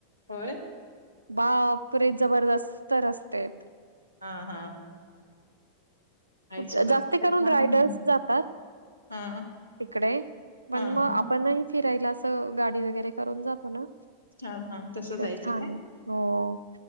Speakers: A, on the left (about 80°); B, on the right (about 85°).
A: होय.
B: बापरे जबरदस्त रस्तेयेत.
A: हा हा.
B: खूप,
A: आहे सोडा
B: जास्त
A: तिकड
B: करून
A: छान
B: रायडर्स
A: आहे
B: जातात,
A: हा
B: तिकडे पण
A: हा
B: मग
A: हा
B: आपणही फिरायला अस गाडी वगैरे करून जातो ना,
A: हा हा तसं
B: तर
A: जायचं
B: छाने
A: काय
B: हो